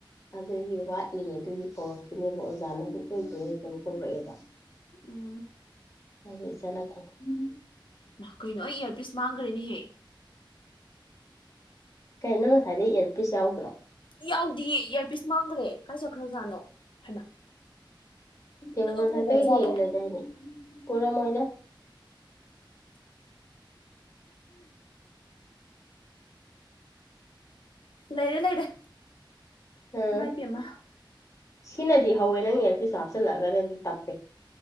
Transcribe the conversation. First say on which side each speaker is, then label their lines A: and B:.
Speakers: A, on the left; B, on the left.
A: ꯑꯗꯨꯒꯤ ꯋꯥꯠꯂꯤ ꯑꯗꯨꯒꯤ ꯀꯧꯔꯛꯈꯤꯅꯦꯕ ꯑꯣꯖꯥꯅꯁꯨ ꯇꯣꯏ ꯇꯣꯏꯅ ꯑꯗꯨꯝ ꯀꯧꯔꯛꯑꯦꯕ꯫
B: ꯎꯝ
A: ꯑꯗꯨꯏ ꯆꯠꯂꯛꯈꯤꯅꯤ꯫
B: ꯃꯥ ꯀꯩꯅꯣ ꯑꯩ ꯏꯌꯥꯔꯄꯤꯁ ꯃꯥꯡꯈ꯭ꯔꯦꯅꯦꯍꯦ
A: ꯀꯩꯅꯣ ꯅꯪ ꯉꯁꯥꯏꯗꯩ ꯑꯦꯔꯄꯤꯁ ꯌꯥꯎꯗ꯭ꯔꯣ?
B: ꯌꯥꯎꯗꯤꯌꯦ ꯏꯌꯥꯔꯄꯤꯁ ꯃꯥꯡꯈ꯭ꯔꯦ ꯀꯥꯏ ꯆꯠꯈ꯭ꯔꯖꯥꯠꯅꯣ ꯍꯥꯏꯃ
A: ꯇꯦꯕꯜ ꯃꯊꯛꯇꯒꯤ
B: ꯄꯨꯈ꯭ꯔꯖꯥꯠꯂꯣ
A: ꯍꯦꯛ ꯍꯦꯛ ꯂꯩꯗꯥꯏꯅꯦ ꯄꯨꯔꯝꯃꯣꯏꯗ꯫
B: ꯂꯩꯔꯦ ꯂꯩꯔꯦ
A: ꯍꯝ
B: ꯏꯃꯥ ꯏꯄꯦꯝꯃ
A: ꯁꯤꯅꯗꯤ ꯍꯧꯋꯦ ꯅꯪꯒꯤ ꯑꯦꯌꯔ ꯄꯤꯁꯇꯣ ꯍꯥꯞꯁꯤꯜꯂꯛꯂꯒꯗꯤ ꯇꯞꯄꯦ꯫